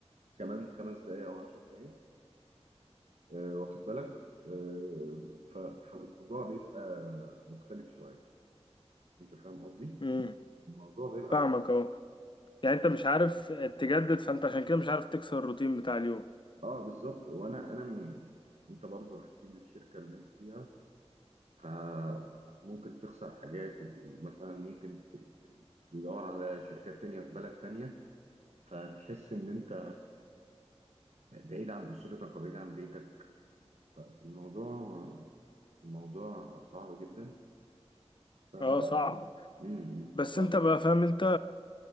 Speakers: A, on the right; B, on the left.
A: كمان خمس دقايق او عشر دقايق آه، واخد بالك آه، ف- فالموضوع بيبقى مختلف شوية انت فاهم قصدي
B: امم
A: الموضوع بيبقى
B: فاهمك
A: مختلف
B: اه يعني انت مش عارف تجدد فانت عشان كده مش عارف تكسر الروتين بتاع اليوم
A: اه بالظبط وانا انا من... انت برضو هتسيب الشركة اللي انت فيها فممكن تخسر حاجات ومثلا ممكن ت- ت- تدور على شركات تانية في بلد تانية فتحس إن أنت بعيد عن أسرتك وبعيد عن بيتك فالموضوع الموضوع صعب جدا ف...
B: اه صعب
A: امم فصعب
B: بس انت بقى فاهم انت